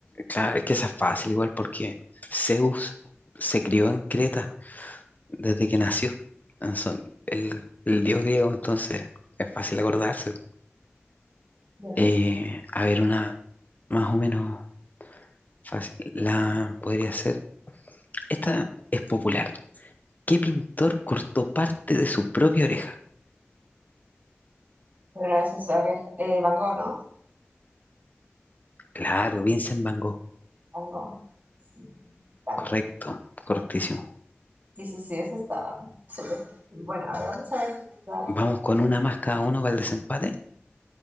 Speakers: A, on the left; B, on the right.
A: claro, es que esa es fácil igual porque Zeus se crió en Creta desde que nació. Ah, son- el, el dios griego, entonces es fácil acordarse.
B: Ya.
A: Eh, a ver, una más o menos fácil. La podría ser. Esta es popular. ¿Qué pintor cortó parte de su propia oreja?
B: Bueno, eso es sobre eh, Van Gogh, ¿no?
A: Claro, Vincent Van Gogh.
B: Van Gogh. Sí, Van
A: Correcto,
B: Gogh.
A: correctísimo.
B: Sí, sí, sí, eso está súper fácil. Bueno, a ver, vamos a ver si nos da.
A: Vamos con una más cada uno para el desempate.